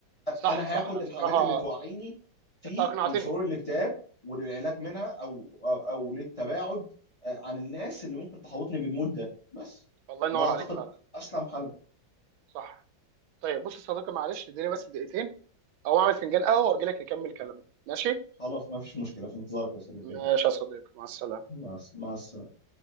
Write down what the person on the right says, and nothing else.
صح صح
بصراحه
انت اقنعتني
مم.
الله ينور
عليك فعلا
صح طيب بص يا صديقي معلش اديني بس دقيقتين او اعمل فنجان قهوه واجي لك نكمل كلامنا ماشي
ماشي
يا صديقي مع السلامه